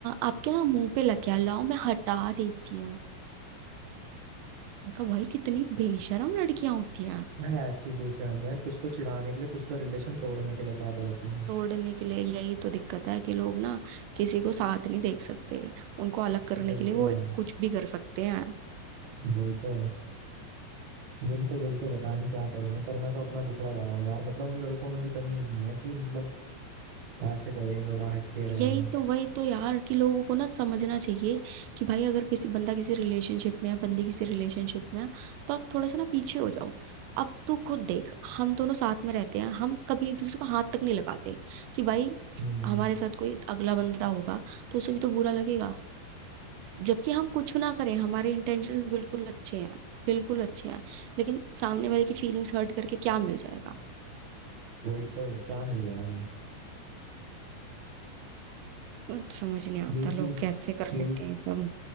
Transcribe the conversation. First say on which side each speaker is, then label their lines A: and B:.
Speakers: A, on the right; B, on the right.
A: आपके ना मुंह पे लग गया लाओ मैं हटा देती हूँ मैं कहा भाई कितनी बेशरम लड़कियां होती हैं
B: है ऐसी बेशरम यार कुछ तो चिढ़ाने के लिए कुछ तो रिलेशन तोड़ने के लिए पैदा होती है
A: तोड़ने के लिए यही तो दिक्कत है कि लोग ना किसी को साथ नहीं देख सकते उनको अलग करने
B: जलते
A: के लिए वो
B: हैं यार
A: कुछ भी कर सकते हैं
B: वही तो जलते जलते पता नहीं क्या करेंगे पर मैं तो अपना दुखड़ा गा रहा हूँ यार मतलब उन लड़कों में भी तमीज नहीं है कि मतलब ऐसे करें थोड़ा हटके रहें
A: यही तो वही तो यार कि लोगों को ना समझना चाहिए कि भाई अगर किसी बंदा किसी रिलेशनशिप में है बंदी किसी रिलेशनशिप में है तो आप थोड़ा सा ना पीछे हो जाओ अब तू खुद देख हम दोनों साथ में रहते हैं हम कभी एक दूसरे को हाथ तक नहीं लगाते कि भाई
B: हम्म
A: हमारे साथ कोई अगला बंदा होगा तो उसे भी तो बुरा लगेगा जबकि हम कुछ ना करें हमारे इंटेंशंस बिल्कुल अच्छे हैं बिल्कुल अच्छे हैं लेकिन सामने वाले की फीलिंग्स हर्ट करके क्या मिल जाएगा
B: वही तो क्या मिल रहा है
A: तो समझ नहीं आता
B: यही चीज
A: लोग कैसे कर
B: यही
A: लेते हैं ये सब